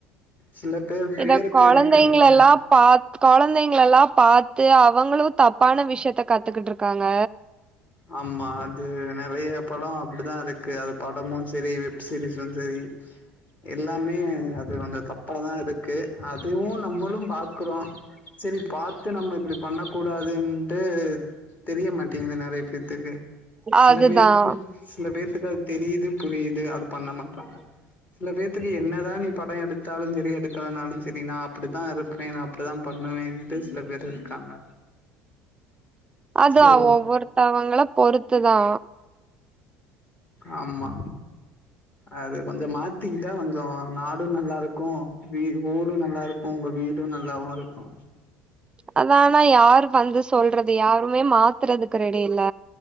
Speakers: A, on the left; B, on the right.
A: சில பேர் பேருக்கு
B: இத கொழந்தைங்களல்லா
A: எடுக்குன்னு
B: ப் பாத் கொழந்தைங்களல்லா பாத்து அவங்களும் தப்பான விஷயத்த கத்துக்கிட்டு இருக்காங்க
A: ஆமா அது நிறைய படோ அப்டிதா இருக்கு அது படமு சரி வெப் சீரிஸு சரி எல்லாமே அது வந்து தப்பா தா இருக்கு இருக்கு அதுவும் நம்மளு பாக்குறோ சரி பாத்து நம்ம இப்படி பண்ண கூடாதுன்ட்டு தெரியமாட்டேங்குது நெறைய பேத்துக்கு சில
B: அதுதான்.
A: பேரு சில பேத்தக்கு அது தெரியுது புரியுது அது பண்ண மாட்டாங்க சில பேத்துக்கு என்னதா நீ படோ எடுத்தாலு சரி எடுக்கலனாலு சரி நா அப்படிதா இரு ப்பே நா அப்டிதா பண்ணுவேன்ட்டு சில பேர் இருக்காங்க
B: அது
A: சோ
B: ஒவ்வொருத்தவங்கள பொறுத்துதா
A: ஆமா அது கொஞ்சோ மாத்திக்கிட்டா கொஞ்சோ நாடும் நல்லா இருக்கும் வீ ஊரும் நல்லா இருக்கும் உங்க வீடும் டும் நல்லாவு இருக்கும்
B: அதா ஆனா யாரு வந்து சொல்றது யாருமே மாத்துறதுக்கு ரெடி இல்ல